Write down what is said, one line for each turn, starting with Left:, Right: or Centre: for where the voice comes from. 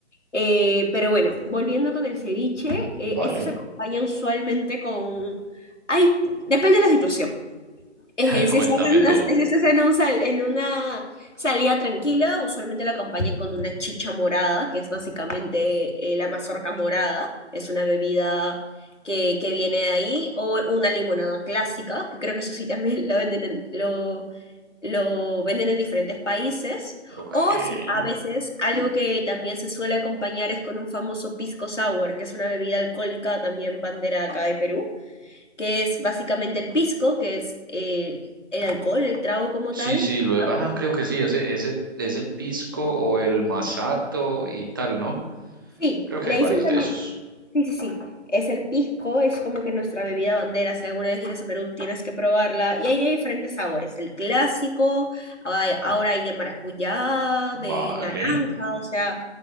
Left: Eh, pero bueno, volviendo con el ceviche, eh,
Right: Vale,
Left: este se acompaña usualmente con... Hay, depende de la situación. Eh,
Right: <laughs> cuéntame
Left: si estás en una,
Right: tú.
Left: si estás en un sal- en una salida tranquila, usualmente la acompañan con una chicha morada, que es básicamente eh, la mazorca morada. Es una bebida que, que viene de ahí, o una limonada clásica, que creo que eso sí también la venden en, lo, lo venden en diferentes países.
Right: Ok.
Left: O sí, a veces algo que también se suele acompañar es con un famoso pisco sour, que es una bebida alcohólica también bandera acá de Perú que es básicamente el pisco, que es eh, el alcohol, el trago como
Right: Sí,
Left: tal.
Right: sí, lo,
Left: acom-
Right: ah, creo que sí, ese, ese es el pisco o el masato y tal, ¿no?
Left: Sí,
Right: Creo que
Left: le
Right: hay varios
Left: dicen también,
Right: de esos.
Left: sí, sí, sí, es el pisco, es como que nuestra bebida bandera, si alguna vez vienes a Perú tienes que probarla, y hay de diferentes sabores, el clásico, hay- ahora hay de maracuyá, de
Right: Vale.
Left: naranja, o sea,